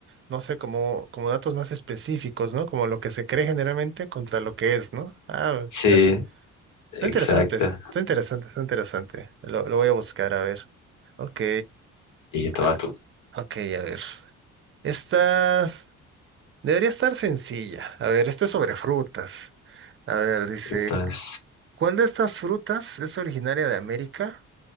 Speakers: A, on the right; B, on the left.
A: no sé, como, como datos más específicos, ¿no? Como lo que se cree generalmente contra lo que es, ¿no? Ah,
B: sí.
A: está,
B: Exacto.
A: está interesante, está interesante, está interesante. Lo, lo voy a buscar, a ver. Ok,
B: Y estabas
A: ah,
B: tú.
A: ok, a ver. Esta. Debería estar sencilla. A ver, este es sobre frutas. A ver, dice,
B: Putas.
A: ¿cuál de estas frutas es originaria de América